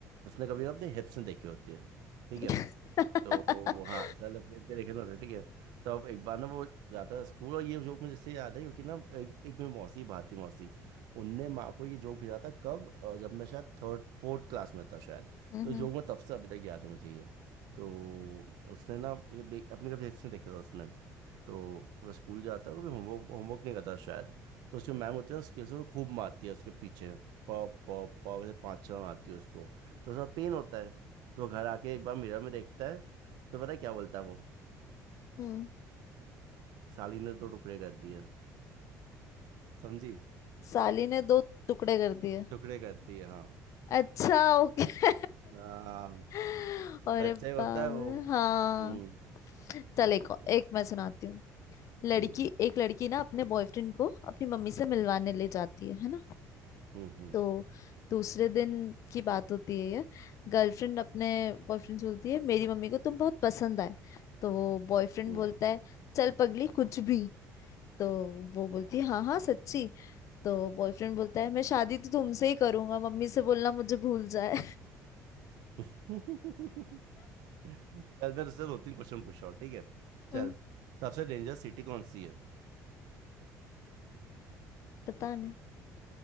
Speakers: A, on the right; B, on the left.
A: उसने कभी ना अपने हिप्स नहीं देखी होती है ठीक
B: <laughs>
A: है तो वो हाँ सेल्फ केयर के लिखे हुए ठीक है तो अब एक बार ना वो जाता है स्कूल और ये जोक मुझे इससे याद है क्योंकि ना एक, एक मेरी मौसी भाती मौसी उनने माँ को ये जोक भेजा था कब अ, जब मैं शायद थर्ड फोर्थ क्लास में था शायद
B: हम्म,
A: तो जोक
B: हम्म,
A: मैं तब से अभी तक याद है मुझे ये तो उसने ना ये देख अपने कभी देखा था उसने तो वो स्कूल जाता है वो होमवर्क होमवर्क नहीं करता शायद तो उसकी मैम होती है ना स्केल से वो खूब मारती है उसके पीछे प प प वैसे पाँच छः मारती है उसको तो उसका पेन होता है तो वो घर आके एक बार मिरर में देखता है तो पता है क्या बोलता है वो
B: <laughs> हम्म,
A: साली ने तो टुकड़े कर दिए समझी
B: साली ने दो टुकड़े कर दिए
A: टुकड़े कर दिए हाँ
B: अच्छा ओके <laughs>
A: हाँ
B: अरे
A: बच्चा
B: बाप
A: ही होता है वो
B: हाँ
A: हम्म
B: चल
A: इसलिए
B: एक और- एक मैं सुनाती हूँ लड़की
A: हम्म
B: एक लड़की ना अपने बॉयफ्रेंड को अपनी मम्मी से मिलवाने ले जाती है है ना
A: हम्म हम्म
B: तो दूसरे दिन की बात होती है ये गर्लफ्रेंड अपने बॉयफ्रेंड से बोलती है मेरी मम्मी को तुम बहुत पसंद आए तो बॉयफ्रेंड
A: हम्म।
B: बोलता है चल पगली कुछ भी तो वो बोलती है हाँ हाँ सच्ची तो बॉयफ्रेंड बोलता है मैं शादी तो तुमसे ही करूंगा मम्मी से बोलना मुझे भूल जाए
A: <laughs> चल मैं तुझसे दो तीन क्वेश्चन पूछ रहा हूँ ठीक है
B: <laughs>
A: चल सबसे डेंजरस सिटी कौन सी है
B: पता नहीं